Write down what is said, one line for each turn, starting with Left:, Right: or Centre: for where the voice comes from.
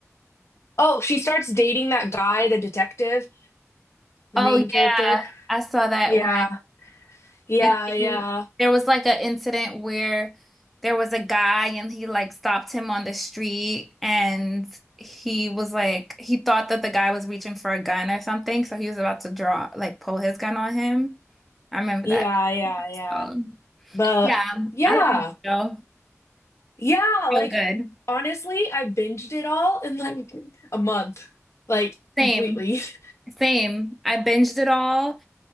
Left: Oh, she starts dating that guy, the detective, the
Centre: Oh
Left: main
Centre: yeah.
Left: character.
Centre: I saw that
Left: Yeah,
Centre: one.
Left: yeah,
Centre: And
Left: yeah,
Centre: then there was like an incident where there was a guy and he like stopped him on the street and he was like he thought that the guy was reaching for a gun or something, so he was about to draw like pull his gun on him. I remember
Left: yeah,
Centre: that
Left: yeah, yeah.
Centre: episode.
Left: But
Centre: Yeah, um,
Left: yeah,
Centre: I love the show.
Left: yeah,
Centre: So
Left: like
Centre: good.
Left: honestly, I binged it all in like a month, like
Centre: Same,
Left: completely. <laughs>
Centre: same. I binged it all.